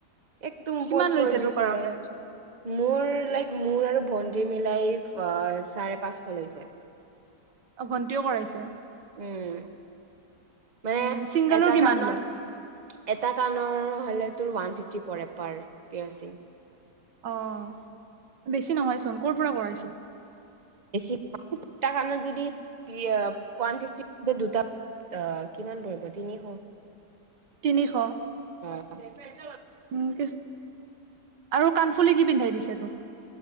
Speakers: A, on the right; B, on the right.
A: একদম ওপৰত
B: কিমান লৈছে
A: কৰি দিছে,
B: তোৰ কৰাওতে
A: মোৰ লাইক মোৰ আৰু ভন্টিৰ মি- লাইফ অ চাৰে পাঁচশ লৈছে।
B: অ ভণ্টিও কৰাইছে?
A: উম মানে
B: উম ছিংগলৰ
A: এটা
B: কিমান
A: কাণত,
B: লয়
A: এটা কাণৰ হ'লে তোৰ ওৱান ফিফটি পৰে, পাৰ পিয়েৰচিং।
B: অহ, বেছি নহয় চোন ক'ৰ পৰা কৰাইছা?
A: বেছি <inaudible> দুটা কাণত যদি পি আহ ওৱান ফিফটি <inaudible> দুটা কাণত কিমান পৰিব আহ তিনিশ।
B: তিনিশ?
A: <unintelligible>
B: উম কিছ আৰু কাণ ফুলি কি পিন্ধাই দিছে তোক